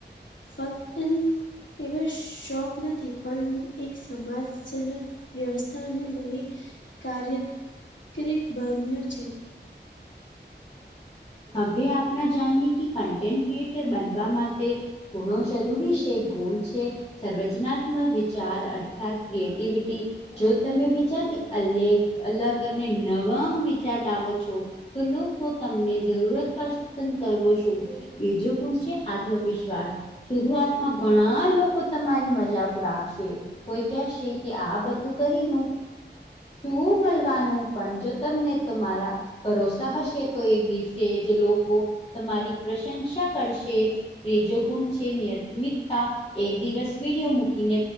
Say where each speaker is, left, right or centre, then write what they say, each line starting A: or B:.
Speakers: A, on the left; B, on the left.
A: ફત એન એવા શોખ નથી પણ એક સમાજ જનક વ્યવસ્થા અને નવી કાર્યત કીરી બન્યું છે.
B: અવે આપણા જાણીએ કે કન્ટેન્ટ ક્રિએટર બનવા માટે ગુણો જરૂરી છે ગુણ છે સર્વચનાત્મક વિચાર અર્થાત ક્રિએટિવિટી. જો તમે બીજાથી અલેગ અલગ અને નવમ વિચાર લાવો છો. તો લોકો તમને <unintelligible> બીજો ગુણ છે આત્મ વિશ્વાસ શુરૂઆતમાં ઘણા લોકો તમારી મજાકડાવશે કોઈ કેશે કે આ બધું કરીનુ શું મળવાનું પણ જો તમને તમારા ભરોસા હશે તો એક દિવસ તે જે લોકો તમારી પ્રશંસા કરશે. ત્રીજો ગુણ છે નિયમિતતા એક દિવસ વિડીયો મૂકીને